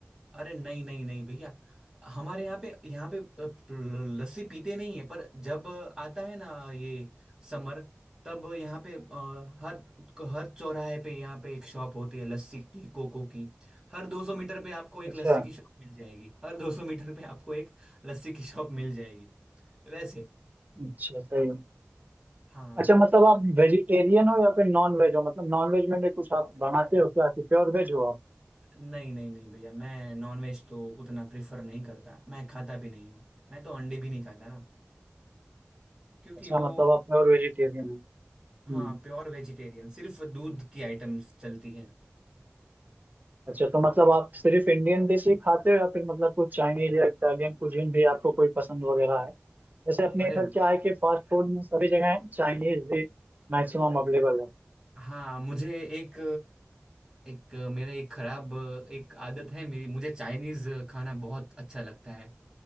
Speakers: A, in the centre; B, on the right.
A: अरे नहीं नहीं नहीं भैया हमारे यहाँ पे यहाँ पे अ, प- लस्सी पीते नहीं है पर जब आता है ना ये समर तब यहाँ पे अ, हर हर चौराहे पे यहाँ पे एक शॉप होती है लस्सी की कोको की हर 200 मीटर पे आपको एक
B: अच्छा
A: लस्सी की शॉप मिल जाएगी हर 200 मीटर पे आपको एक लस्सी की शॉप मिल जाएगी वैसे
B: अच्छा सही है
A: हाँ
B: अच्छा मतलब आप वेजिटेरियन हो या फिर नॉन वेज हो मतलब नॉन वेज में भी कुछ आप बनाते हो क्या कि प्योर वेज हो आप
A: नहीं नहीं नहीं भैया मैं नॉनवेज तो उतना प्रिफर नहीं करता मैं खाता भी नहीं हूँ मैं तो अंडे भी नहीं खाता ना क्योंकि
B: अच्छा
A: वो
B: मतलब आप प्योर वेजिटेरियन हो हम्म
A: हाँ प्योर वेजिटेरियन सिर्फ दूध की आइटम्स चलती है
B: अच्छा तो मतलब आप सिर्फ इंडियन डिश ही खाते हो या फिर मतलब कुछ चाइनीज या इटालियन कुजीन भी आपको कोई पसंद वगैरह है जैसे अपने
A: अरे
B: इधर क्या है कि फास्ट फूड में सभी जगह चाइनीज भी मैक्सिमम अवेलेबल है
A: हाँ मुझे एक एक मेरे एक खराब एक आदत है मेरी मुझे चाइनीज खाना बहुत अच्छा लगता है